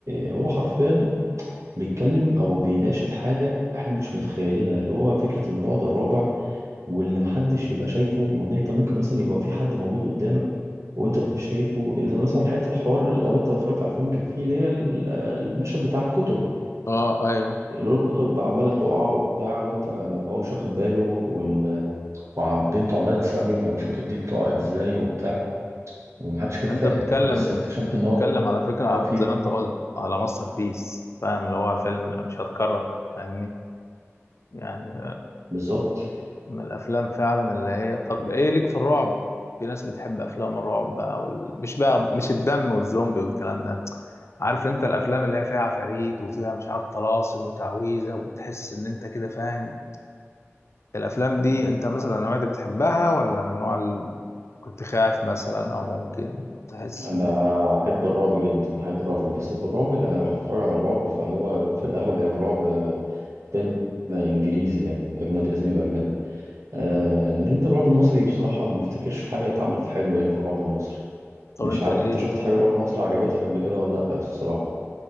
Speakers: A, on the right; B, on the left.
A: آه، هو حرفيا بيتكلم او بيناقش حاجه احنا مش متخيلينها اللي هو فكره البعد الرابع واللي محدش يبقى شايفه وان انت ممكن مثلا يبقى في حد موجود قدامك وانت مش شايفه اذا مثلا حته حوار لو انت اتفرجت على الفيلم كان فيه اللي هي ال- المشهد بتاع الكتب
B: اه ايوه
A: اللي هو الكتب عماله تقع وبتاع وانت هو مش واخد باله وال... وبنته عماله تساله هو الكتب دي بتقع ازاي وبتاع ومحدش كان
B: انت
A: فاهم
B: بتتكلم
A: بس
B: انت
A: اكتشفنا
B: انت بتتكلم
A: ان هو
B: على فكرة
A: هو في
B: زي ما انت قلت على ماستر بيس فاهم اللي هو فيلم مش هتكرر فاهمني يعني
A: بالظبط
B: من الافلام فعلا اللي هي طب ايه ليك في الرعب في ناس بتحب افلام الرعب بقى وال... مش بقى مش الدم والزومبي والكلام ده عارف انت الافلام اللي هي فيها عفاريت وفيها مش عارف طلاسم وتعويذه وتحس ان انت كده فاهم الافلام دي انت مثلا النوعيه دي بتحبها ولا من النوع اللي كنت خاف مثلا او ممكن تحس
A: انا
B: ان
A: احب الرعب جدا احب الرعب بس في الرعب اللي انا لو هتفرج على الرعب فهو في الاغلب هيبقى رعب آه، فيلم انجليزي يعني اجنبي لازم يبقى اجنبي آه لان الرعب المصري بصراحه ما افتكرش حاجه اتعملت حلوه يعني في الرعب المصري
B: طب
A: مش
B: انت
A: عارف
B: ايه
A: انت شفت حاجه رعب مصري عجبتك قبل كده ولا لا الصراحه